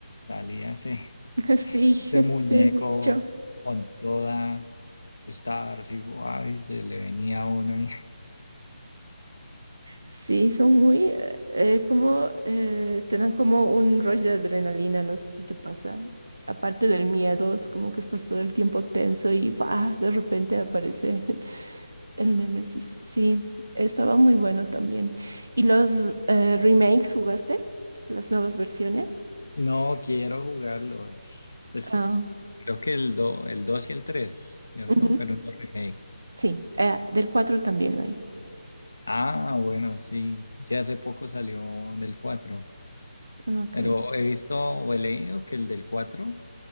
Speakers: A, on the left; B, on the right.
A: Salía ese.
B: <laughs> Sí,
A: Ese
B: ese
A: muñeco
B: bicho.
A: con toda esta igual y guay, se le venía a uno y
B: Sí, son muy, eh, eh, como, eh, te dan como un rush de adrenalina, no sé si te pasa. Aparte del miedo, es como que estás todo el tiempo tenso y va, de repente aparece <laughs> el Némesis. Sí, estaba muy bueno también. ¿Y los eh, remakes jugaste? ¿Las nuevas versiones?
A: <laughs> no quiero jugarlos. Pues
B: Ah,
A: creo que el do, el dos y el tres ¿cierto?
B: ujú,
A: Fueron los remakes.
B: Sí, eh, del 4 también hay.
A: Ah, bueno, sí. Sí, hace poco salió del cuatro,
B: Ok.
A: Pero he visto o he leído que el del 4